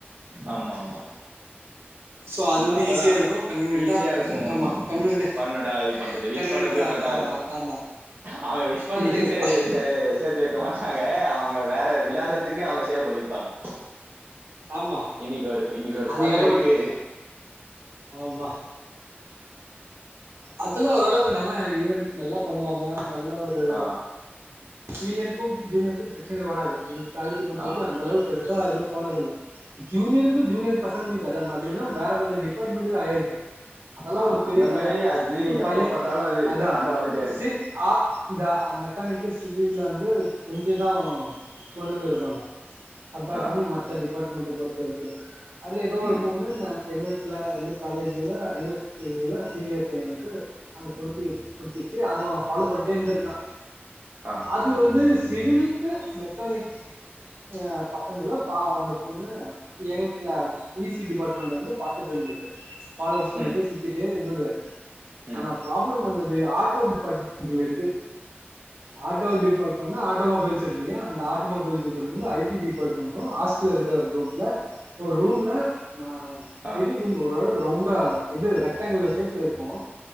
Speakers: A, on the right; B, on the right.
A: ஆம்மாமா
B: சோ அது வந்து
A: அப்பதா
B: ஈஸியா இருக்கு கன்வீனியன்ட்டா
A: ஈஸியா இருக்கு
B: ஆமா கன்வீனியன்ட்டா
A: பர்ம்னட்டா இது பண்றது விஷ்
B: கன்வீனியன்ட்டா
A: பண்றது கரெக்டா
B: ஆ
A: இருக்கு அவ்ங்க விஷ் பண்றதுக்கு
B: ஆமா
A: சே சே சேத்து வெக்க மாட்டாங்க அவங்க வேற விளாறத்துக்கு அவங்க சேவ் பண்ணிருப்பாங்க
B: ஆமா
A: இன்னைக்கு ஒரு இன்னைக்கு ஒரு
B: அது
A: ஃபன்
B: ஏகப்பட்ட
A: இருக்கு
B: ஆமா அதல்லா ஓரளவுக்கு நல்ல ஈவென்ட் நல்லா பண்ணுவாங்க நல்ல ஒரு
A: ஆ
B: சீனியருக்கும் ஜூனியருக்கும் பிரச்சன வராது எங்க காலேஜ்ஜ பொறுத்த
A: ஆ
B: வரைக்கு அந்தளவுக் பெருசா எதுவும் போனதில்ல ஜூனியருக்கும் ஜூனியர் பசங்க அத மாதிரின்னா வேற வேற டிார்ட்மெண்டுக்கு ஆயிருக்கு அதெல்லா
A: ஆ
B: ஒரு பெரிய
A: அந்த
B: கத
A: மாரி அது
B: ஒரு
A: எப்ப
B: பைய
A: பாத்தாலு அது
B: அதா
A: சண்ட வந்துட்டே இருக்கு
B: சி ஆ இந்த மெக்கானிக்கு சிவில்ல வந்து கொஞ்ச இதாவு பொண்ணுங்க இருப்பாங்க கம்பேர்
A: ஆ
B: பண்ணி மத்த டிபார்ட்மெண்ட்ட பொறுத்த வரைக்கு அதில ஏதோ ஒரு
A: ம்
B: பொண்ணு ந எங்க க்ளா எங்க காலேஜில எங்க இதுலா சீனியர் பையனுக்கு அந்த பொண்ணுக்கு புடிச்சிச்சு அவ ஃபாலோ பண்ட்டே இருந்திருக்கா
A: ஆ
B: அது வந்து சிவில்க்கு மெக்கானிக் அ பசங்களு பாவ அந்த பொண்ணு எங்க க்ளா இ சி டிபார்ட்மெண்ட்லந்து பாத்துட்டு இருந்தது பாலோப் பண்ணிட்டு
A: ம்
B: சுத் திட்டு இருந்தது ஆனா
A: ம்
B: ப்ராப்ளம் வந்தது ஆட்டோ டிபார்ட்மெண்ட்ல இருந்து ஆட்டோ டிபார்ட்மெண்ட்னா ஆட்டோமொபைல்ஸ் இருக்கு இல்லையா அந்த ஆட்டோமொபைல் இக்கறவங்க வந்து ஐ டி டிார்ட்மெண்டு ஹாஸ் டல்ல இருக்க ரூம்ல ஒரு ரூம்ல நா
A: ஆ
B: பெரிய ரூம் ஓரளவுக்கு ரவுண்டா இது ரெக்டாங்கில் ஷேப்ல இருக்கு